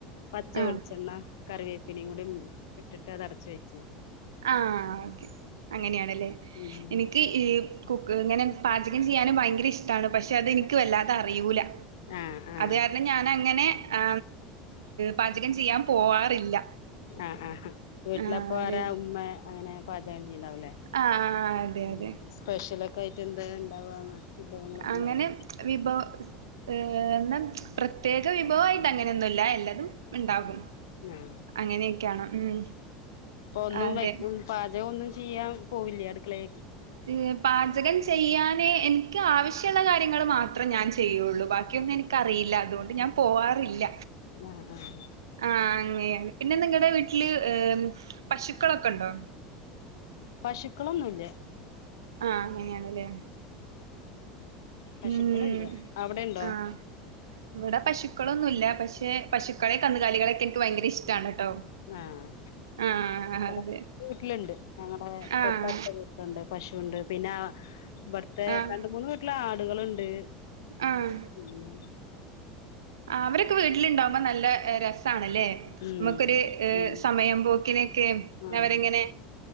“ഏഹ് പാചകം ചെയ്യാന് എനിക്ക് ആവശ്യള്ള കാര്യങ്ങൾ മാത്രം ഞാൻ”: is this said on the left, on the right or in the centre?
Right